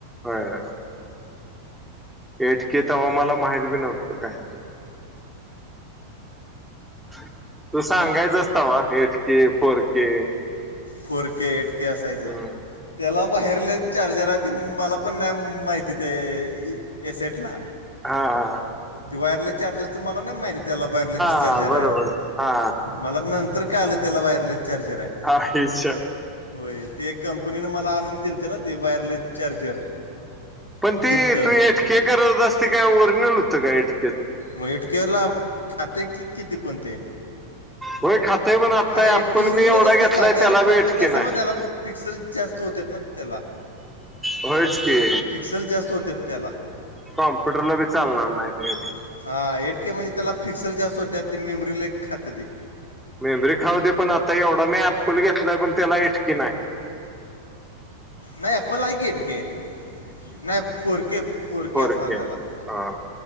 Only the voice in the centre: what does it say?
होय एटके तव्हा मला माहित बी नव्हत काय. <inaudible> तू सांगायचास तव्हा. Eight K, four K.
हम्म
हा हा हां.
हा बरोबर
हा
हा हेचच.
पण ती
तू इटके करत असते काय ओरिजनल होतं कायक.
होय खातय पण आता
ऍप्पल
मी एवढा
घेतलाय
त्याला
बी एटके
नाही
होयच की
कॉम्प्युटर ला बी चालणार नाही.
मेबरी खाऊते पण आता एवढा मी अप्पल घेतलाय पण त्याला इटकीी नाही.
फोर
के
हा